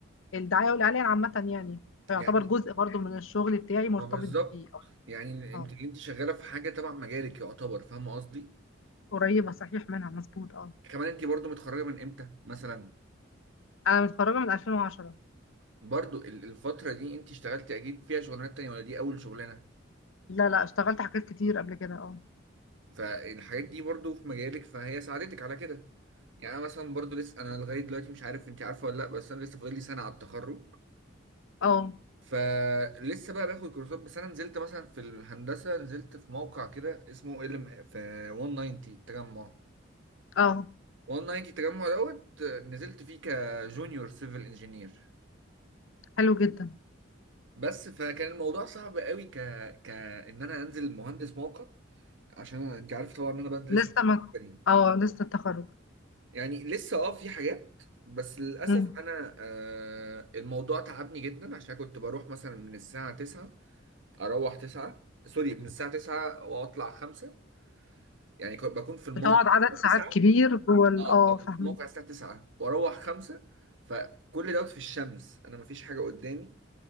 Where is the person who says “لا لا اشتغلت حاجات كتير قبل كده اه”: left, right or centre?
Left